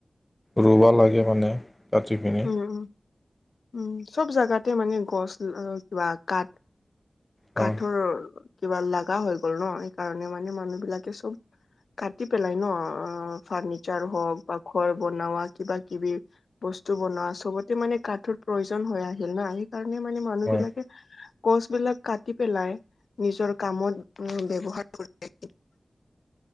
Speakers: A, on the left; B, on the left.
A: ৰুবা লাগে মানে। কাটি পিনি
B: উম, উম, উম, চব জোগাতে মানে গছ কিবা কাঠ
A: অঁ
B: কাঠৰ কিবা লগা হৈ গ'ল ন' সেইকাৰণে মানে মানুহ বিলাকে চব কাটি পেলাই ন'। ফাৰ্ণিচাৰ হ'ওক বা ঘৰ বনোৱা কিবা কিবি। টো বনোৱা চবতে মানে কাঠৰ প্ৰয়োজন হৈ আহিল না সেইকাৰণে মানে মানুহ
A: হয়
B: বিলাকে গছ বিলাক কাটি পেলাই। নিজৰ কামত উ, ব্যৱহাৰ কৰি